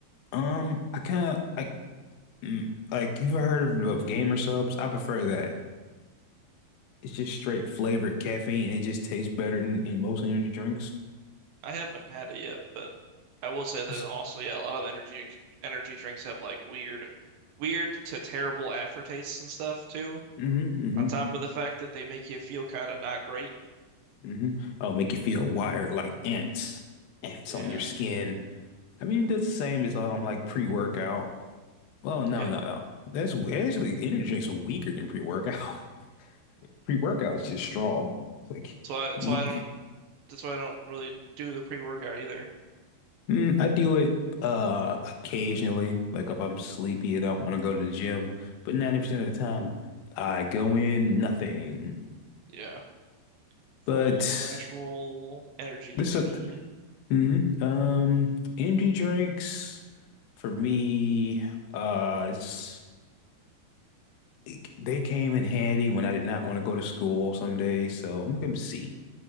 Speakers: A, on the left; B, on the right.
A: Um, I kind of like mm, like you've heard of, of gamer subs. I prefer that. It's just straight flavored caffeine. It just tastes better than in most energy drinks.
B: I haven't had it yet, but I will say that
A: It's
B: also, yeah, a lot of energy energy drinks have like weird, weird to terrible aftertastes and stuff too.
A: mm-hmm, mm-hmm,
B: On top of the fact that they make you feel kind of not great.
A: mm-hmm. Oh, make you feel wired like ants, ants
B: Yeah,
A: on your skin. I mean, it does the same as um like pre-workout. Well, no,
B: yeah.
A: no, no. That's actually energy drinks are weaker than pre-workout. <laughs> Pre-workout is just strong. It's like
B: That's why. That's
A: need.
B: why I don't. That's why I don't really do the pre-workout either.
A: Mm, I do it uh occasionally. Like if I'm sleepy and don't want to go to the gym, but 90% of the time I go in nothing.
B: Yeah,
A: But
B: full natural energy,
A: this
B: baby.
A: is mhm. um energy drinks for me. Uh, it's it- they came in handy when I did not want to go to school some days. So I'm gonna see